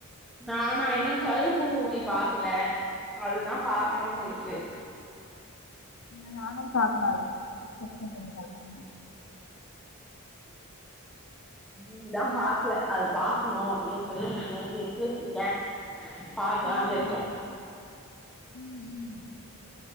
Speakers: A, in the centre; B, on the left (about 65°).
A: நானா இன்னு கருப்பு மூவி பாக்கல அதுதா பாக்கணுனு இருக்கு
B: இன்னு நானு பாக்கணு அது கேட்டதும் சொல்லிட்டாளா
A: மூவிதா பாக்ல அது பாக் னு அப்டி சொல்லி இன்னிக்கி நைட் எடுத்து வச்சிட்ட பாக்லான்னு
B: ம்
A: இருக்கோ
B: ம் ம்